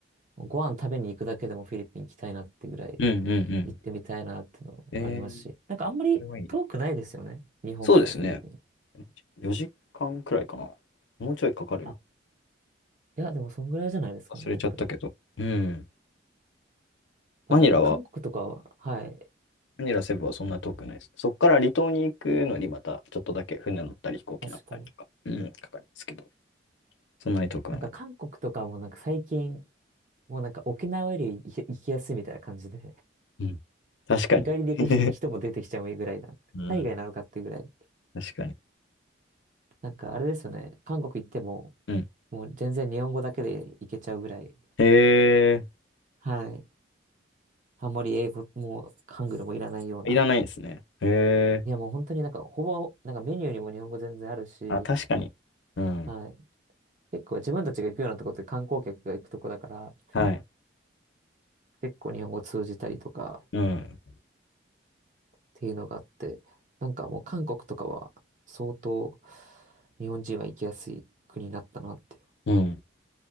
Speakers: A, on the right (about 40°); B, on the left (about 80°).
A: ご飯食べに行くだけでもフィリピン行きたいなってぐらい
B: うんうんうん。
A: 行ってみたいなってのありますし、
B: ええ。
A: なんかあんまり遠くないですよね。
B: それはいい。
A: 日本からフィリピン。
B: そうですね。4時間くらいかな。もうちょいかかる
A: あ、いや、でもそんぐらいじゃないですかね、
B: 忘れちゃったけど。
A: やっぱり。
B: うん。
A: まあなんか韓国とかは、
B: マニラは
A: はい、
B: マニラセブはそんな遠くないです。そこから離島に行くのにまたちょっとだけ船乗ったり飛行機乗ったりとか、
A: 確かに。
B: うん、かかるんですけど、そんなに遠くはないです。
A: なんか韓国とかもなんか最近、もうなんか沖縄より行き行きやすいみたいな感じで。
B: うんうん。うん確かに。
A: 日帰りで行くひ人も出てきちゃうぐらいなんで。
B: <laughs> うん。
A: 海外なのかっていうぐらい。
B: 確かに。
A: なんかあれですよね。韓国行っても、
B: うん。
A: もう全然日本語だけで行けちゃうぐらい。
B: へえ、
A: はい。あんまり英語もハングルもいらないような。
B: いらないんですね。へえ。
A: いやもう本当になんかほぼ、なんかメニューにも日本語全然あるし、
B: あ、確かに。うん。
A: はい。結構自分たちが行くようなとこって観光客が行くとこだから、
B: はい。
A: 結構日本語通じたりとかっ
B: うん。
A: ていうのがあって、なんかもう韓国とかは相当日本人は行きやすい国になったなって
B: うん。